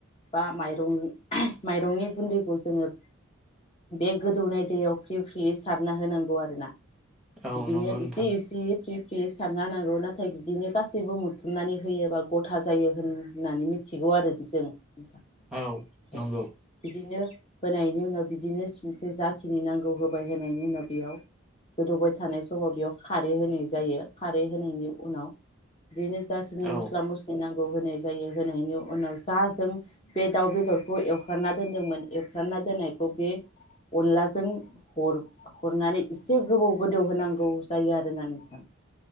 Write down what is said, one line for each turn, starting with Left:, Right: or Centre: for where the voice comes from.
Left: बा माइरं माइरंनि गुन्दैखौ जोङो बे गोदौनाय दैयाव फ्रि फ्रियै सारना होनांगौ आरोना।
Centre: औ
Left: बिदिनो
Centre: नंगौ नोंथां
Left: एसे इसे फ्रि फ्रि सारना नांगौ नाथाय बिदिनो गासैबो बुथुमनानै होयोबा गथा जायो होननानै मिथिगौ आरो जों। नोंथां
Centre: औ
Left: औ
Centre: नंगौ
Left: बिदिनो होनायनि उनाव बिदिनो संख्रि जाखिनि नांगौ होबाय होनायनि उनाव बेयाव गोदौबाय थानाय समाव बेयाव खारै होनाय जायो। खारै होनायनि उनाव बेनो जाखिनि
Centre: औ
Left: मस्ला-मस्लि नांगौ होनाय जायो। होनायनि उनाव जा जों बे दाउ बेदरखौ एवफ्रानना दोनदोंमोन एवफ्रानना दोननायखौ बे अनलाजों हर, हरनानै एसे गोबाव गोदौ होनांगौ जायो आरोना नोंथां।